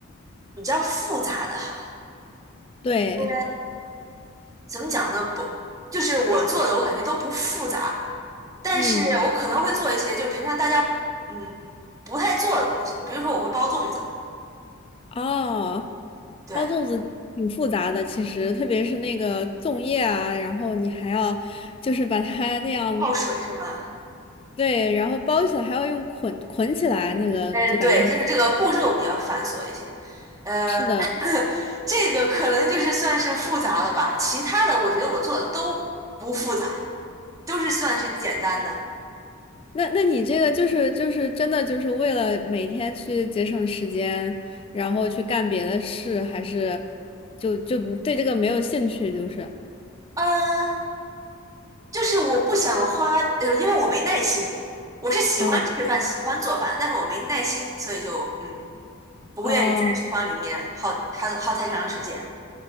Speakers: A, on the right (about 15°); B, on the left (about 25°).
A: 比较复杂的哈。
B: 对，
A: 呃，怎么讲呢？不，就是我做的我感觉都不复杂，但是我可能会做一些就是平常大家嗯不太做的东西，
B: 嗯，
A: 比如说我会包粽子，
B: 哦，
A: 对，
B: 包粽子挺复杂的，其实特别是那个粽叶啊，然后你还要就是把它那样，
A: 泡水是吗？
B: 对，然后包起来还要用捆捆起来，那个就感觉很
A: 呃，对，就是这个步骤比较繁琐一些。呃。
B: 的
A: 这个可能就是算是复杂了吧，其他的我觉得我做的都不复杂，都是算是简单的。
B: 那那你这个就是就是真的就是为了每天去节省时间，然后去干别的事，还是就就对这个没有兴趣？就是
A: 嗯，就是我不想花，呃，因为我没耐心。我是喜欢吃饭，
B: 哦
A: 喜欢做饭，但是我没耐心，所以就嗯，不会愿意在厨房里面耗耗耗太长时间。
B: 哦